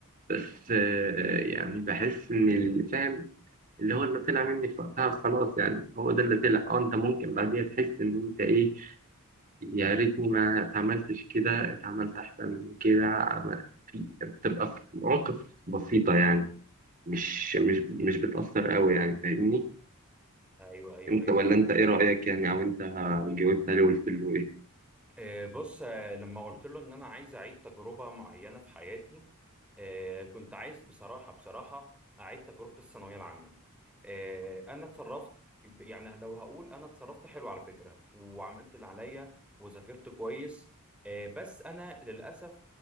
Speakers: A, on the right; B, in the centre.
A: بس آه، يعني بحس إن اللي فاهم اللي هو اللي طلع مني في وقتها خلاص يعني هو ده اللي طلع أه أنت ممكن بعديها تحس إن أنت إيه يا ريتني ما اتعملتش كده اتعملت احسن من كده عم- في بتبقى في مواقف بسيطة يعني مش مش مش بتأثر قوي يعني فاهمني
B: ايوه ايوه
A: انت
B: ايوه
A: ولا
B: فهمتك
A: انت ايه رأيك يعني او انت جاوبت عليه وقلت له ايه
B: آه، بص آه، لما قلت له ان انا عايز اعيد تجربه معينه في حياتي آه، كنت عايز بصراحه بصراحه اعيد تجربه الثانويه العامه آه، انا اتصرفت ب- يعني لو هقول انا اتصرفت حلو على فكره وعملت اللي عليا وذاكرت كويس آه، بس انا للاسف